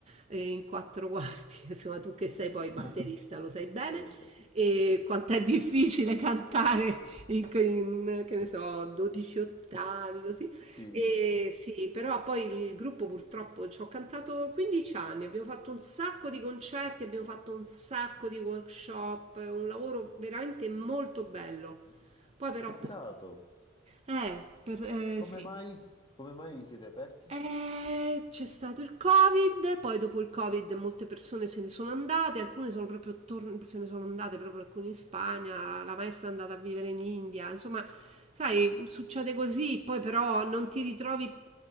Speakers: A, on the right; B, on the left.
A: eh, in quattro quarti, <laughs> insomma tu che sei poi
B: <laughs>
A: batterista lo sai bene,
B: Certo.
A: e quanto è difficile cantare in, in, che ne so, 12 ottavi, così
B: Sì,
A: e sì, però poi il gruppo purtroppo ci ho cantato 15 anni, abbiamo fatto un sacco di concerti, abbiamo fatto un sacco di workshop, un lavoro veramente molto bello. Poi però
B: peccato.
A: purtroppo... Eh, per- eh,
B: Come
A: sì.
B: mai, come mai vi siete persi?
A: Eh, c'è stato il Covid, poi dopo il Covid molte persone se ne sono andate, alcune sono proprio tor- se ne sono andate proprio alcune in Spagna, la maestra è andata a vivere in India, insomma, sai, succede così, poi però non ti ritrovi,